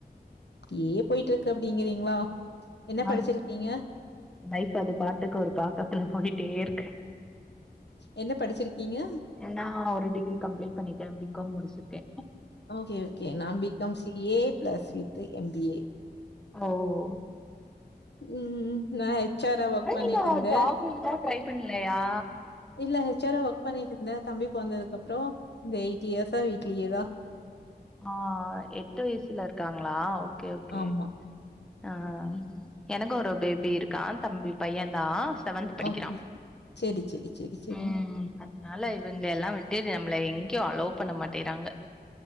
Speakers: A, on the left; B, in the centre.
A: அப்டியே போயிட்டுருக்கு அப்டிங்கிறீங்களா என்ன
B: ஆ
A: படிச்சிருக்கீங்க
B: லைஃப் அது பாட்டுக்கு ஒரு பாக்கத்துல போயிட்டேருக்
A: என்ன படிச்சிருக்கீங்க
B: நா ஒரு டிகிரி கம்ப்ளீட் பண்ணிட்டே பி காம் முடிச்சிட்டே
A: ஓகே ஓகே நான் B com C A plus with M B A
B: ஓஓ
A: ம் நா ஹெச் ஆரா ஒர்க் பண்ணிட்ருந்தே
B: நீங்க ஜாப் இப்போ ட்ரை பண்லயா
A: இல்ல ஹெச் ஆரா ஒர்க் பண்ணிட்டு இருந்தே தம்பி பொந்ததுக்கு அப்றோ இந்த எயிட் இயர்ஸா வீட்லயேதா
B: ஆ எட்டு வயசுல இருக்காங்களா ஓகே ஓகே
A: ஆமா.
B: ஆ எனக்கு ஒரு பேபி இருக்கா தம்பி பைய தா செவன்த் படிக்கிறா
A: ஓகே. சரி, சரி, சரி, சரி.
B: ம் அதனால இவங்கள எல்லா விட்டு நம்ள எங்கயோ அலோ பண்ண மாட்டேறாங்க